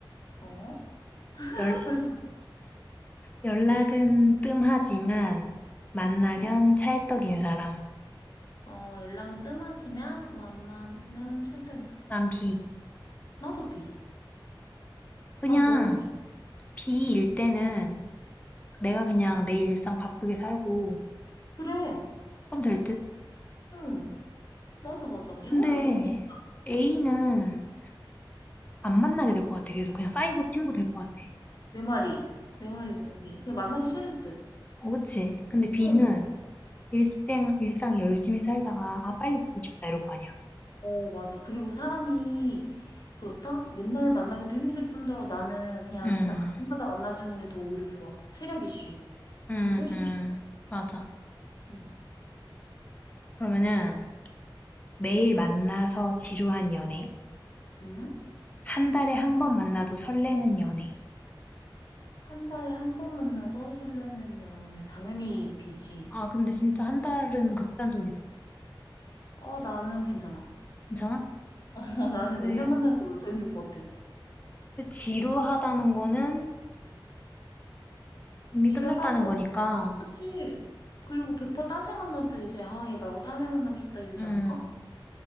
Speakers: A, on the left; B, on the left.
A: 어? <laughs>
B: 연,
A: 벌써.
B: 연락은 뜸하지만, 만나면
A: 어.
B: 찰떡인 사람?
A: 어, 연락은 뜸하지만 만나면 찰떡인 사람.
B: 난 비.
A: 나도 B.
B: 그냥,
A: 나도 너무 B.
B: 비일 때는, 내가 그냥 내 일상 바쁘게 살고,
A: 그래.
B: 그럼 될 듯?
A: 응. 맞아, 맞아. 이거는
B: 근데,
A: 너무 쉽다.
B: A는 안 만나게 될 것 같아. 계속 그냥 사이버 친구 될 것 같아.
A: 내 말이. 내 말이, 내 말이. 그냥 만나기 싫을 듯.
B: 어, 그치? 근데 B는,
A: 어.
B: 일생 일상 열심히 살다가 아 빨리 보고 싶다 이럴 거 아니야.
A: 어, 맞아. 그리고 사람이 그렇다? 맨날 만나기도 힘들 뿐더러 나는 그냥
B: 음,
A: 진짜 가끔 가다 만나주는 게 더 오히려 좋아. 체력 이슈.
B: 음,
A: 그거 훨씬
B: 음,
A: 좋아.
B: 맞아.
A: 응.
B: 그러면은 매일 만나서 지루한 연애,
A: 응?
B: 한 달에 한 번 만나도 설레는 연애.
A: 한 달에 한 번 만나도 설레는 연애. 당연히 B지.
B: 아 근데 진짜 한 달은 극단적이다.
A: 어, 나는 괜찮아.
B: 괜찮아?
A: 어, 나는
B: 네.
A: 맨날 만나는 게 오히려 더 힘들 것 같아.
B: 근데 지루하다는 거는 이미
A: 지루하다는
B: 끝났다는
A: 거
B: 거니까,
A: 알지? 그리고 100%딴 생각 날 때 이제 아, 얘 말고 딴 애 만나고 싶다 이러지
B: 음,
A: 않을까?